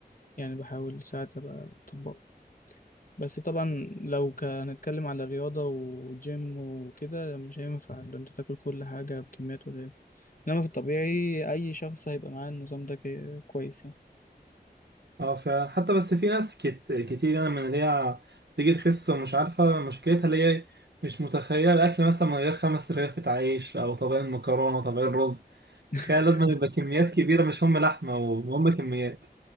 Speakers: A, on the left; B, on the right.
A: يعني بحاول ساعات أبقى أطبقه بس طبعا لو ك- هنتكلم على رياضة وجيم وكده مش هينفع لأن انت تاكل كل حاجة بكميات قليلة انما في الطبيعي اي شخص هيبقى معاه النظام ده كي- كويس يعني
B: اه فعلا حتى بس في ناس كت... كتير يعني من اللي هي بتيجي تخس ومش عارفة مشكلتها اللي هي مش متخيلة الأكل مثلا من غير خمس رغيفة عيش أو طبقين مكرونة طبقين رز
A: <laughs>
B: تخيل لازم يبقى كميات كبيرة مش هم لحمة وهم كميات